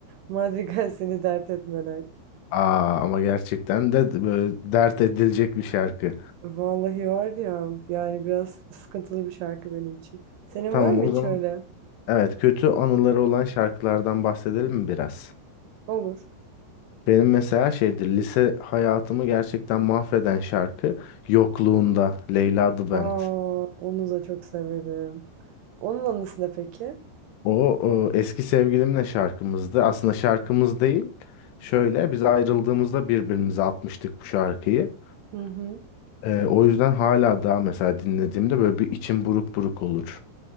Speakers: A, on the right; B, on the left.
A: Madrigal seni dert etmeler.
B: Aa ama gerçekten de böyle dert edilecek bir şarkı.
A: Vallahi var ya yani biraz sıkıntılı bir şarkı benim için. Senin
B: Tamam
A: var mı hiç
B: o zaman.
A: öyle?
B: Evet kötü anıları olan şarkılardan bahsedelim mi biraz?
A: Olur.
B: Benim mesela şeydir lise hayatımı gerçekten mahveden şarkı Yokluğunda Leyla The Band.
A: Aa, onu da çok severim. Onun anısı ne peki?
B: O, o eski sevgilimle şarkımızdı. Aslında şarkımız değil. Şöyle biz ayrıldığımızda birbirimize atmıştık bu şarkıyı.
A: Hı hı.
B: Ee, o yüzden hala daha mesela dinlediğimde böyle bir içim buruk buruk olur.